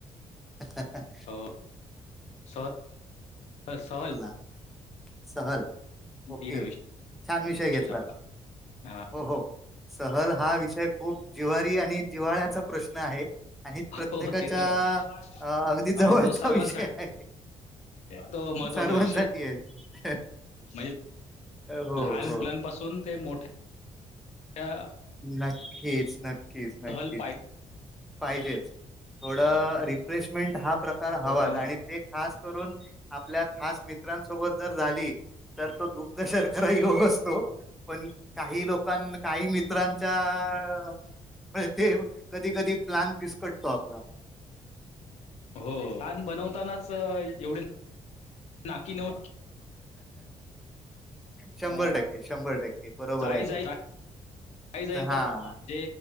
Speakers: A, in the centre; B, on the left.
A: <unintelligible>
B: हो सॉल, आ सॉल.
A: ह सहल ओके
B: दिनविशेष
A: छान विषय घेतला
B: आपला हा
A: हो हो सहल हा विषय खूप जिवारी आणि जिवा्हाळ्याचा प्रश्न आहे. आणि प्रत्येकाच्या
B: हो ते तर आहे.
A: अगदी जवळचा
B: आणि तो सर्वांसाठी
A: विषय आहे.
B: तो महत्वाचा
A: सर्वांसाठी
B: विषय
A: आहे
B: म्ह
A: हो
B: लहान
A: हो
B: मुलांपासून ते मोठ्या
A: नक्कीच नक्कीच नक्कीच
B: सहल पाय
A: पाहिजेच थोड
B: हो
A: रिफ्रेशमेंट हा प्रकार
B: थोडं
A: हवा आणि ते खास करून आपल्या खास मित्रांसोबत जर झाली तर तो दुग्ध शर्खराही योग असतो, पण काही लोकां काही मी मित्राच्या मुळे तो कधी कधी प्लॅन फिस्कटतो आपला.
B: हो प्लॅन बनवतानाच एवढे नाकी नव
A: शंभर
B: अ,
A: टक्के, शंभर टक्के. बरोबर
B: जाई
A: आहे
B: जाई
A: ते.
B: जाई जाई
A: हा
B: परत ते